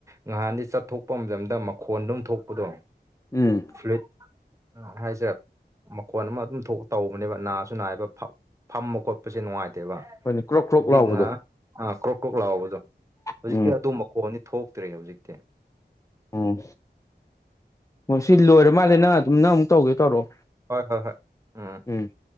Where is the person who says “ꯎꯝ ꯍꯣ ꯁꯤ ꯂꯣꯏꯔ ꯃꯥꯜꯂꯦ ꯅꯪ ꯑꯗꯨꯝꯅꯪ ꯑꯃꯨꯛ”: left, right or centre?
Left